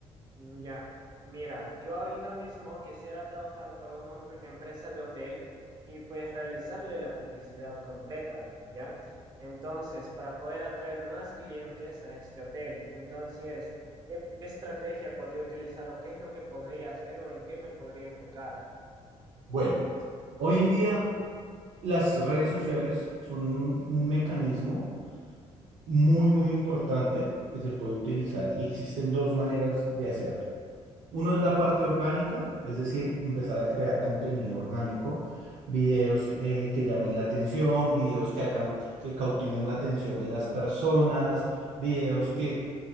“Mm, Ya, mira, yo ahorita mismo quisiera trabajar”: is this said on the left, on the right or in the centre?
Right